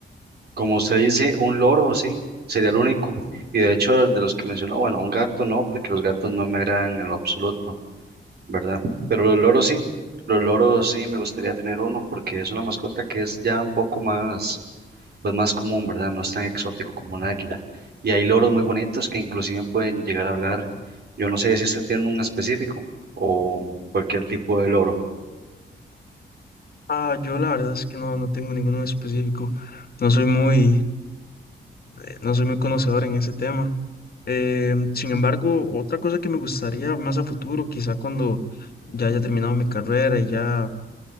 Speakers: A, on the right (about 60°); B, on the left (about 55°).
A: Como usted dice, un loro, sí, sería el único. Y de hecho, de los que mencionó, bueno, un gato no, porque los gatos no me agradan en lo absoluto, ¿verdad? Pero los loros sí, los loros sí, me gustaría tener uno, porque es una mascota que es ya un poco más pues más común, ¿verdad? No es tan exótico como el águila. Y hay loros muy bonitos que inclusive pueden llegar a hablar. Yo no sé si usted tiene un específico o cualquier tipo de loro.
B: Ah, yo la verdad es que no, no tengo ninguno en específico. No soy muy, eh, no soy muy conocedor en ese tema. Eh, sin embargo, otra cosa que me gustaría más a futuro, quizá cuando ya haya terminado mi carrera y ya,